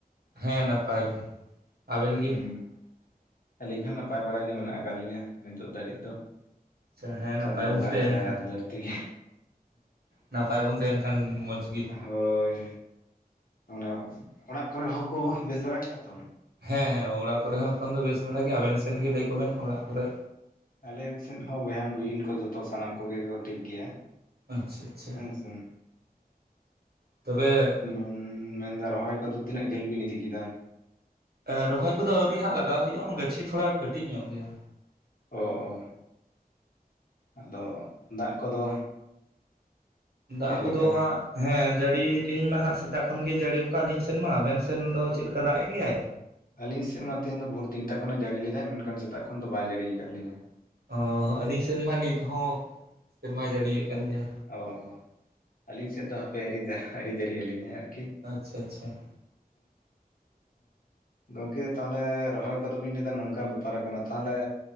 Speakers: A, on the right; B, on the left.
A: ᱦᱮᱸ ᱱᱟᱯᱟᱭ ᱜᱮ ᱾ ᱟᱵᱮᱱ ᱜᱮ?
B: ᱦᱩᱸ ᱟᱹᱞᱤᱧ ᱦᱚᱸ ᱱᱟᱯᱟᱭ ᱵᱟᱲᱟ ᱜᱮ ᱢᱮᱱᱟᱜ ᱟᱠᱟᱫ ᱞᱤᱧᱟᱹ ᱱᱤᱛᱚᱜ ᱫᱷᱟᱹᱨᱤᱡ ᱫᱚ᱾
A: ᱟᱪᱪᱷᱟ ᱦᱮᱸ
B: ᱪᱟᱸᱫᱳ
A: ᱱᱟᱯᱟᱭ
B: ᱵᱚᱸᱜᱟᱦᱟᱜ
A: ᱵᱚᱱ ᱛᱟᱦᱮᱱ
B: ᱫᱟᱭᱟ
A: ᱠᱷᱟᱱ
B: ᱫᱩᱞᱟᱹᱲ ᱛᱮᱜᱮ᱾
A: ᱱᱟᱯᱟᱭ ᱵᱚᱱ ᱛᱟᱦᱮᱱ ᱠᱷᱟᱱ ᱢᱚᱡᱽ ᱜᱮ
B: ᱦᱳᱭ ᱚᱱᱮ ᱚᱲᱟᱜ ᱠᱚᱨᱮ ᱦᱚᱸᱠᱚ ᱵᱮᱥ ᱵᱟᱲᱟᱭ ᱜᱮᱭᱟ ᱛᱚ?
A: ᱦᱮᱸ ᱦᱮᱸ ᱚᱲᱟᱜ ᱠᱚᱨᱮ ᱦᱚᱸ ᱮᱠᱷᱚᱱ ᱫᱚ ᱵᱮᱥ ᱵᱟᱲᱟ ᱜᱮ, ᱟᱵᱮᱱ ᱥᱮᱱ ᱜᱮ ᱞᱟᱹᱭ ᱠᱚᱵᱮᱱ ᱚᱲᱟᱜ ᱠᱚᱨᱮ?
B: ᱟᱞᱮ ᱥᱮᱫ ᱦᱚᱸ ᱵᱚᱭᱦᱟᱱ ᱵᱩᱦᱤᱱ ᱠᱚ ᱡᱚᱛᱚ ᱥᱟᱱᱟᱢ ᱠᱚᱜᱮ ᱠᱚ ᱴᱷᱤᱠ ᱜᱮᱭᱟ᱾
A: ᱟᱪᱷᱟ ᱟᱪᱷᱟ,
B: ᱦᱮᱸ ᱥᱮ
A: ᱛᱚᱵᱮ
B: ᱢᱮᱱ ᱮᱫᱟ ᱨᱚᱦᱚᱭ ᱠᱚᱫᱚ ᱛᱤᱱᱟᱹᱜ ᱡᱷᱟᱹᱞ ᱵᱤᱱ ᱤᱫᱤ ᱠᱮᱫᱟ?
A: ᱮ ᱨᱚᱦᱚᱭ ᱠᱚᱫᱚ ᱟᱹᱣᱨᱤ ᱦᱟᱸᱜ ᱞᱟᱜᱟᱣ ᱦᱩᱭᱩᱜᱼᱟ ᱜᱟᱪᱷᱤ ᱛᱷᱚᱲᱟ ᱠᱟᱹᱴᱤᱡ ᱧᱚᱜ ᱜᱮᱭᱟ᱾
B: ᱚ ᱚ ᱟᱫᱚ ᱫᱟᱜ ᱠᱚᱫᱚ?
A: ᱫᱟᱜ
B: ᱪᱮᱫ ᱞᱮᱠᱟ?
A: ᱠᱚᱫᱚ ᱦᱟᱸᱜ ᱦᱮᱸ ᱡᱟᱹᱲᱤ ᱛᱮᱦᱮᱧ ᱢᱟ ᱦᱟᱜ ᱥᱮᱛᱟᱜ ᱠᱷᱚᱱ ᱜᱮ ᱡᱟᱹᱲᱤ ᱣᱟᱠᱟᱫ ᱟᱞᱤᱧ ᱥᱮᱱ ᱢᱟ ᱟᱵᱮᱱ ᱥᱮᱱ ᱫᱚ ᱪᱮᱫ ᱞᱮᱠᱟ ᱫᱟᱜ ᱮᱫ ᱜᱮᱭᱟᱭ?
B: ᱟᱹᱞᱤᱧ ᱥᱮᱫ ᱢᱟ ᱛᱮᱦᱮᱧ ᱟᱷᱚᱨ ᱛᱤᱱᱴᱟ ᱠᱷᱚᱮ ᱡᱟᱹᱲᱤ ᱞᱮᱫᱟ ᱢᱮᱱᱠᱷᱟᱱ ᱥᱮᱛᱟᱜ ᱠᱷᱚᱱ ᱫᱚ ᱵᱟᱭ ᱡᱟᱹᱲᱤ ᱟᱠᱟᱫ ᱞᱤᱧᱟᱹ᱾
A: ᱚ ᱦᱚ ᱟᱹᱞᱤᱧ ᱥᱮᱱ ᱢᱟ ᱱᱤᱛ ᱦᱚᱸ ᱥᱮᱨᱢᱟ ᱡᱟᱹᱲᱤᱭᱮᱫ ᱠᱟᱱ ᱜᱮᱭᱟ᱾
B: ᱚᱦᱚ ᱟᱹᱞᱤᱧ ᱥᱮᱫ ᱫᱚ ᱦᱟᱯᱮ ᱟᱹᱨᱤ ᱡᱟ ᱡᱟᱹᱲᱤ ᱟᱹᱞᱤᱧᱟ ᱟᱨ
A: ᱟᱪᱪᱷᱟ ᱟᱪᱪᱷᱟ ᱦᱮᱸ
B: ᱜᱚᱝᱠᱮ ᱛᱟᱦᱚᱞᱮ ᱨᱚᱦᱚᱭ ᱠᱚᱫᱚᱵᱤᱱ ᱞᱟᱹᱭᱫᱟ ᱱᱚᱝᱠᱟ ᱵᱮᱯᱟᱨ ᱠᱟᱱᱟ ᱛᱟᱦᱚᱞᱮ